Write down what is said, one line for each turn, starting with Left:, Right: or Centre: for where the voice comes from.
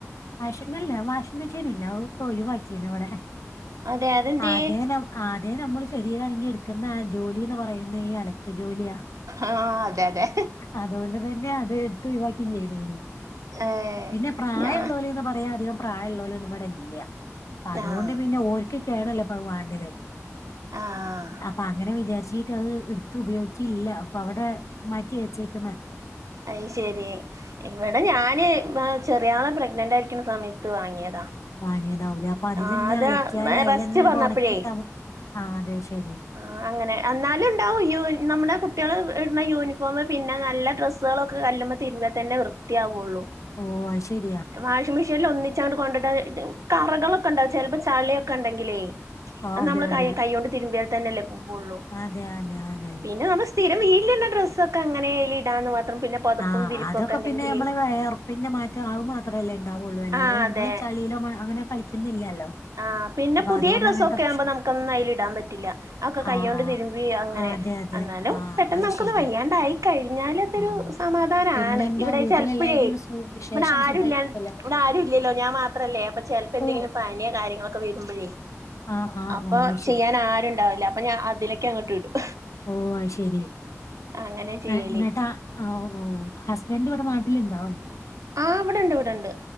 Left: വാഷിംഗ അല്ല വാഷിംഗ് മെശീനില്ല അതൊക്ക ഒഴിവാക്കിണ് ഇവിടെ
Right: അതെ അതെന്തേ
Left: ആകെനെ ആകെ നമ്മള് ശരീരനങ്ങി എടുക്കുന്ന ജോലിന്ന് പറയുന്നെ ഈ അലക്ക് ജോലിയാ
Right: ആഹ് അതെ അതെ
Left: അതൊണ്ട് തന്നെ അത് ഇടുത്തു ഒഴിവാക്കിം ചെയ്തീണ്
Right: ഏഹ്
Left: പിന്നെ പ്രായഇള്ളോല്
Right: ഞാ
Left: ന്ന് പറയാൻ അധികം പ്രായഇള്ളോലൊന്നും ഇവിടെ ഇല്ല അതൊണ്ട്
Right: ആഹ്
Left: പിന്നെ ഓര്ക്ക് കേടല്ലേ ഇപ്പൊ അത്‌ വേണ്ടത്
Right: ആഹ്
Left: അപ്പൊ അങ്ങനെ വിചാരിച്ചി അത് ഇടുത്ത് ഉപയോഗിക്കില്ല അത്‌ അപ്പൊ അവിടെ മാറ്റി വെച്ചേക്ക്ണ്
Right: അയ്‌ ശരി ഇവിടെ ഞാൻ ചെറിയാളെ പ്രഗ്നൻറ് ആയിരിക്കണ സമയത്ത് വാങ്ങിയതാ
Left: വാങ്ങിയതാവുലെ അതിലെന്നെ
Right: ആഹ് അത്
Left: അലക്കിയാല് അയിലെന്നെ
Right: റസ്റ്റ്
Left: അണ്ട്
Right: പറഞ്ഞപ്പഴേ
Left: ഒണക്കിട്ടാല് അതെ ശെരി
Right: ആഹ് അങ്ങനെ എന്നാലും ഉണ്ടാവും യൂ നമ്മുടെ കുട്ടികൾ ഇടുന്ന യൂണിഫോം പിന്നെ നല്ല ഡ്രസ്സുകളൊക്കെ കല്ലുമ്മെ തിരുമ്പ്യാ തന്നെ വൃത്തിയാവുള്ളു.
Left: ഓ അത് ശെരിയാ
Right: വാഷിംഗ് മെഷീനില് ഒന്നിച്ചണ്ട് കൊണ്ടട്ടാ കറകളൊക്കെ ഉണ്ടാവും ചിലപ്പോ ചളിയൊക്കെ ഉണ്ടെങ്കിലേ
Left: ആഹ്
Right: അത്
Left: അതെ
Right: നമ്മള്
Left: അതെ
Right: കൈ കൈൊണ്ട് തിരുമ്പിയ തന്നെല്ലേ പോവുള്ളൂ
Left: അതെ അതെ അതെ
Right: പിന്നെ നമ്മള് സ്ഥിരം വീട്ടിൽ ഇട്ണ ഡ്രസ്സൊക്കെ അങ്ങനെ അയിലിടാന്ന് മാത്രം പിന്നെ. പൊതപ്പും
Left: ആഹ്
Right: വിരിപ്പും
Left: അതൊക്കെ
Right: ഒക്കെ ഉണ്ടെങ്കില്
Left: പിന്നെ നമ്മള് വെയ്ർപ്പിന്റെ മാറ്റം അത്‌ മാത്രമല്ലേ ഉണ്ടാവുള്ളൂ അല്ലാതെ
Right: ആ
Left: നമ്മള്
Right: അതെ
Left: ചളിയിലോ മ അങ്ങനെ കളിക്കുന്നില്ലല്ലോ
Right: ആഹ പിന്നെ
Left: അപ്പൊ
Right: പുതിയ
Left: അതുകൊണ്ട്
Right: ഡ്രസ്സൊക്കെ
Left: അങ്ങനത്തെ പ്രശ്നം
Right: ആകുമ്പോ നമുക്കൊന്നും അതിൽ ഇടാൻ പറ്റില്ല അത്‌ ഒക്കെ കൈയ്യോണ്ട്
Left: ആഹ് ആഹ്
Right: തിരുമ്പി അങ്ങനെ
Left: ആഹ് അതെ അതെ
Right: എന്നാലും
Left: ആഹ്
Right: പെട്ടെന്ന്
Left: അത്
Right: നമുക്കൊന്ന്
Left: ശരിയാ
Right: വയ്യാണ്ടായി കഴിഞ്ഞാലതൊരു
Left: ആഹ്
Right: സമാധാനാണ്
Left: പിന്നെന്താ
Right: ഇവിടെ
Left: വീട്ടിലെല്ലാരിക്കും
Right: ചെലപ്പഴേ
Left: സു വിശേഷം
Right: ഇബിടെ ആരുല്ല
Left: സുഖായിരിക്കുവല്ലോ അല്ലേ
Right: ഇവിടെ ആരും ഇല്ലല്ലോ ഞാൻ മാത്രല്ലേ അപ്പ ചിലപ്പോ എന്തെങ്കിലും
Left: ഓഹ്
Right: പണി കാര്യങ്ങളൊക്കെ വരുമ്പഴേ
Left: ആഹ് ആഹ്
Right: അപ്പൊ
Left: ആഹ് അത് ശരി
Right: ചെയ്യാൻ ആരുംണ്ടാവില്ല അപ്പൊ ഞാൻ അതിലെക്ക് അങ്ങട്ട് ഇടും
Left: ഓ അത്‌ ശരി
Right: അങ്ങനെ ചെയ്യല്
Left: ഏഹ് ഇന്നിട്ട് ആ ആഹ് ഓ ഹസ്ബൻഡ് ഇവിടെ നാട്ടിലുണ്ടോ
Right: ആ് ഇവിടെണ്ട് ഇവിടെണ്ട്